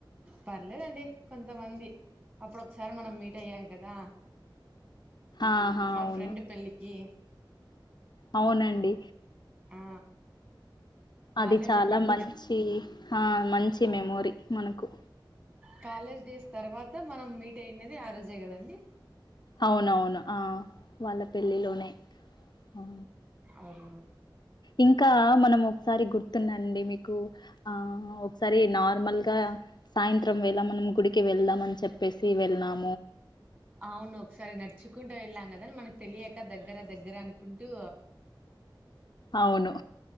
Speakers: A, on the right; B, on the left.
A: పర్లేదండి కొంతమంది అప్పుడు ఒకసారి మనం మీట్ అయ్యాం కదా
B: ఆహా
A: మాన
B: అవును
A: ఫ్రెండ్ పెళ్ళికి
B: అవునండి
A: ఆ వాళ్ళేనండి
B: అది చాలా
A: ఇంకా
B: మంచి హ మంచి మెమోరీ మనకు
A: కాలేజ్ డేస్ తర్వాత మనం మీట్ అయినది ఆ రోజే కదండి
B: అవునవును ఆ వాళ్ళ పెళ్ళిలోనే ఆ
A: అరు
B: ఇంకా మనం ఒకసారి గుర్తున్నాండి మీకు ఆ ఒకసారి నార్మల్ గా సాయంత్రం వేళ మనం గుడికి వెళ్దాం అని చెప్పేసి వెళ్ళాం
A: అవును ఒకసారి నడుచుకుంటూ వెళ్ళాం కదా మనకు తెలియక్ కా దగ్గర దగ్గర అనుకుంటూ
B: అవును